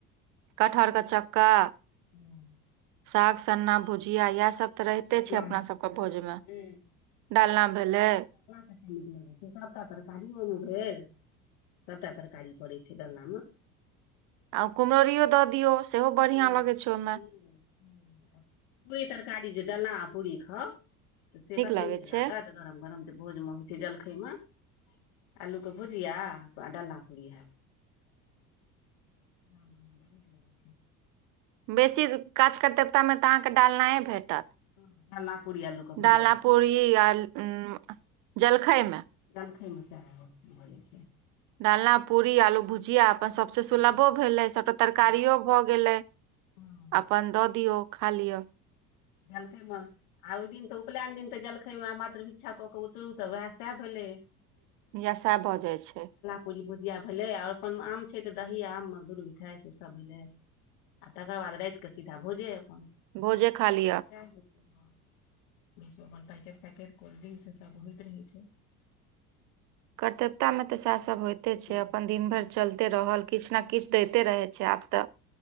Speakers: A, on the right (about 40°); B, on the left (about 55°).
A: कटहर के चक्का
B: हँ
A: साग सन्ना भुजिया इएह सब तऽ रहिते
B: डालना
A: छै अपना सबके
B: डालना
A: भोजमे
B: भेलै
A: डालना भेलै
B: डालना कते नीक लगै छै सबटा तरकारियो ओहिमे भेल सबटा तरकारी पड़ै छै डलना मे
A: आ कुमरौरियो दऽ दियौ सेहो बढ़िआँ
B: हूँ
A: लगैत छै ओहिमे
B: हूँ पूरी तरकारी जे डलना आ पूरी खाउ तऽ से कते
A: लगैत
B: नीक
A: छै
B: लागत गरम गरम जे भोज मे होइ छै जलखै मे आलूके भुजिया आ डालना पूड़ी हैत ह बड़ नीक लगै छै
A: बेसी काज करतेबता मे तऽ अहाँकेँ डालनाइए भेटत
B: हँ डलना पूरी आलूके भुजिया
A: डालना
B: रहु
A: पूरी आ उ जलखै मे
B: दलखैमे से भऽ जाइ छै
A: डालना पूरी आलू भुजिया अपन सबसे सुलभो
B: हँ
A: भेलै सभटा तरकारियो
B: हँ
A: भऽ गेलै
B: हँ
A: अपन दऽ दियौ खा लिअ
B: जलखै मऽ आ ओहि दिन तऽ उपनयन दिन तऽ जलखैमे मात्र विक्षा कऽ के उतरू तऽ उएह सएह भेलै
A: यशा भऽ जाइ छै
B: पूी भुजिया भेलै आओर अपन आम छै तऽ दही आम दूध मिठाइ से सब भेलै आ तकर बाद राइत कऽ सीधा भोजे अपन
A: भोजे खाली
B: अपन पैट पैट कोल्डड्रिंक सब होइत रहे छै <inaudible>
A: कर्तव्यता में तऽ सेह सब होइते
B: हूँ
A: छै
B: हूँ
A: अपन दिन भैर चलते रहल किछ न किछ दैते
B: आ
A: रहै छै आब तऽ